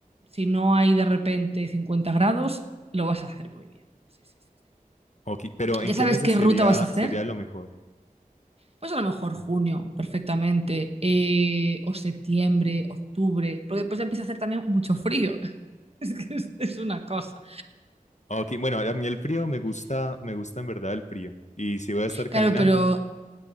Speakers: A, on the right (about 40°); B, on the left (about 50°).
A: si no hay de repente 50 grados, lo vas a hacer muy bien. Sí, sí, sí, sí, sí.
B: Ok, pero
A: ¿Ya
B: ¿en qué
A: sabes
B: meses
A: qué
B: sería,
A: ruta vas a hacer?
B: sería lo mejor?
A: Pues a lo mejor junio, perfectamente, eh, o septiembre, octubre, porque después ya empieza a hacer también mucho frío. <laughs> Es que es, es una cosa.
B: Ah, Ok, bueno, a mí el frío me gusta, me gusta en verdad el frío. Y si voy a estar
A: Claro,
B: caminando,
A: pero,